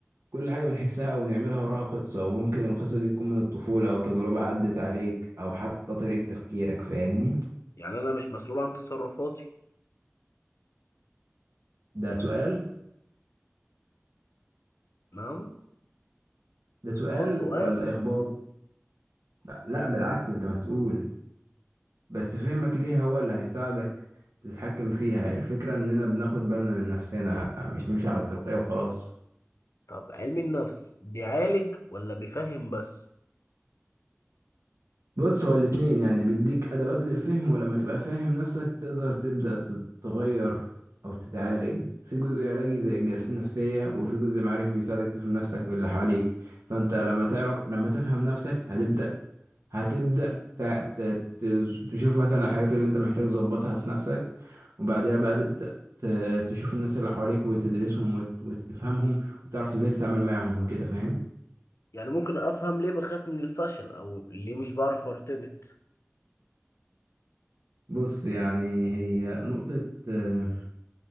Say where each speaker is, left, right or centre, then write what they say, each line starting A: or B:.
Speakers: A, on the right (about 85°); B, on the left (about 75°).
A: كل حاجة بنحسها أو نعملها وراها قصة وممكن القصة دي تكون من الطفولة أو تجربة عدت عليك أو حتى طريقة تفكيرك فاهمني
B: يعني انا مش مسؤول عن تصرفاتي
A: ده سؤال
B: نعم
A: ده سؤال
B: اه سؤال
A: ولا إخبار؟ لا بالعكس أنت مسؤول بس فهمك ليها هو اللي هيساعدك تتحكم فيها الفكرة إننا بناخد بالنا من نفسنا مش نمشي على التلقائي وخلاص
B: طب علم النفس بيعالج ولا بيفهم بس
A: بص هو الاتنين يعني بيديك أدوات للفهم ولما تبقى فاهم نفسك تقدر تبدأ تتغير أو تتعالج في جزء علاجي زي الجلسات النفسية وفي جزء معرفي بيساعدك تفهم نفسك واللي حواليك فأنت لما تعرف لما تفهم نفسك هتبدأ هتبدأ تع- ت- تز- تشوف مثلا الحاجات اللي انت محتاج تظبطها في نفسك وبعدها بقى تبدأ ت- تشوف الناس اللي حواليك وتدرسهم وت- وتفهمهم وتعرف ازاي تتعامل معاهم وكده فاهم
B: يعني ممكن افهم ليه بخاف من الفشل او ليه مش بعرف ارتبط
A: بص يعني هي نقطة آه،